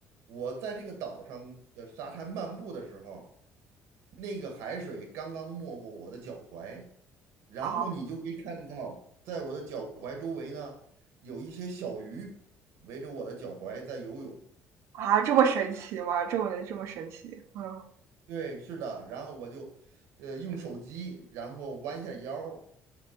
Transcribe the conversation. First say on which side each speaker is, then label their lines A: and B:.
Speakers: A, on the right; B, on the right.
A: 我在这个岛上的沙滩漫步的时候，那个海水刚刚没过我的脚踝，然后你就可以看到，
B: 啊
A: 在我的脚踝周围呢，有一些小鱼围着我的脚踝在游泳。
B: 啊，这么神奇吗？这么这么神奇，嗯
A: 对，是的，然后我就，呃，用手机，然后弯下腰，